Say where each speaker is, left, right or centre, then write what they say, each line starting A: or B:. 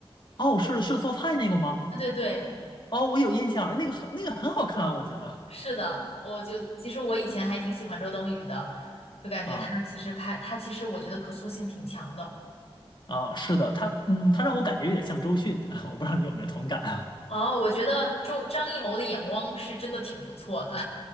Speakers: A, on the left; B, on the left.
A: 哦，是是做菜那个吗？
B: 对对对，
A: 哦，我有印象，那个很那个很好看，我觉得
B: 是的，我就其实我以前还挺喜欢周冬雨的，就感觉她其实拍她其实我觉得可塑性挺强的。
A: 啊啊，是的，他嗯，他让我感觉有点像周迅啊，<laughs> 我不知道你有没有同感啊
B: 哦，我觉得周张艺谋的眼光是真的挺不错的，